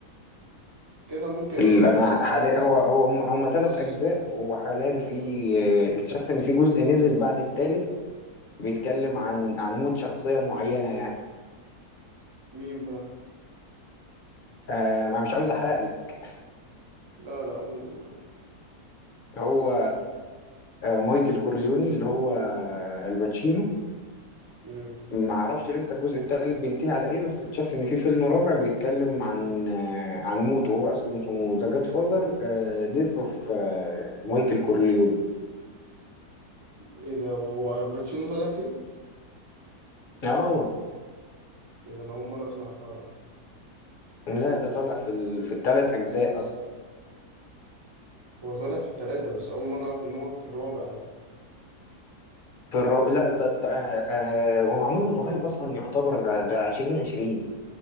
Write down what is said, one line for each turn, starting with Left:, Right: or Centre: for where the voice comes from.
Right: كده ممكن اجربه
Left: ال- انا
Right: لان انا
Left: حاليا
Right: قلت لك
Left: هو هو هم- هما ثلاث
Right: بص
Left: اجزاء وحاليا في اكتشفت ان في جزء نزل بعد الثالث بيتكلم عن عن موت شخصيه معينه يعني
Right: مين بقى
Left: آه انا مش عاوز احرق لك
Right: لا لا قول قول عادي.
Left: هو آه مايكل كورليوني اللي هو الباتشينو
Right: امم
Left: ما اعرفش لسه الجزء الثالث بينتهي على ايه بس اكتشفت ان في فيلم رابع بيتكلم عن آه عن موته هو اصلا اسمه ذا جاد فاذر ديث اوف مايكل كورليوني
Right: ايه ده وهو الباتشينو طالع فيه
Left: اه
Right: ايه ده انا اول مره اسمع الحوار ده
Left: لا ده طالع في ال... في الثلاث اجزاء اصلا
Right: هو طالع في التلاتة بس اول مره اعرف ان هو في الرابع ده
Left: في الرو... لا ط... ط... آه، آه، هو معمول من قريب اصلا يعتبر آه، ده 2020